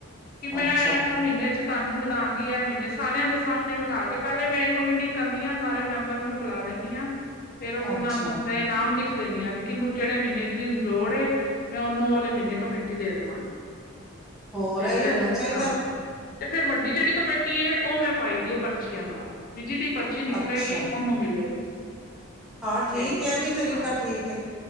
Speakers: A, on the left (about 45°); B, in the centre.
A: ਕਿ ਮੈਂ
B: ਅੱਛਾ
A: ਓ ਮਿੰਨ੍ਹੇ 'ਚ ਤਾਨੂੰ ਮੈ ਦਾਂਗੀ ਐ ਮਿੰਨ੍ਹੇ। ਸਾਰਿਆਂ ਦੇ ਸਾਹਮਣੇ ਬਠਾ ਕੇ, ਪੈਲੇ ਮੈਂ ਏੱਕ ਮੀਟਿੰਗ ਕਰਨੀ ਆਂ ਸਾਰੇ ਮੈਂਬਰ ਨੂੰ ਬਲਾ ਲੇਨੀਂ ਆਂ। ਫੇਰ ਓਨਾ
B: ਅੱਛਾ
A: ਨੂੰ ਤੇ ਨਾਮ ਲਿੱਖ ਦੇਨੀ ਆਂ ਵੀ ਕਿੰਨੂੰ ਜੜੇ ਮਿੰਨ੍ਹੇ ਜਿਦੀ ਉਨੰ ਲੋੜ ਏ ਮੈਂ ਓਨੂੰ ਓਲੇ ਮਿੰਨ੍ਹੇ ਕਮੇਟੀ ਦੇ ਦਵਾਂ।
B: ਹੋਰ
A: ਤੇ
B: ਇਹੀ
A: ਫੇਰ,
B: ਹੋਣਾ ਚਾਹੀਦਾ
A: ਹਾਂ। ਤੇ ਫੇਰ ਵੱਡੀ ਜੜੀ ਕਮੇਟੀ ਏ, ਓ ਮੈਂ ਪਾਈ ਦੀ ਏ ਪਰਚੀਆਂ ਨਾਲ ਬਈ ਜਿਦੀ ਪਰਚੀ ਨਿਕਲੇਗੀ,
B: ਅੱਛਾ
A: ਓਨੂੰ ਮਿਲੇਗੀ।
B: ਹਾਂ ਠੀਕ
A: ਤੇ
B: ਏ, ਐ ਵੀ ਤਰੀਕਾ
A: ਹਾਂ
B: ਠੀਕ ਏ।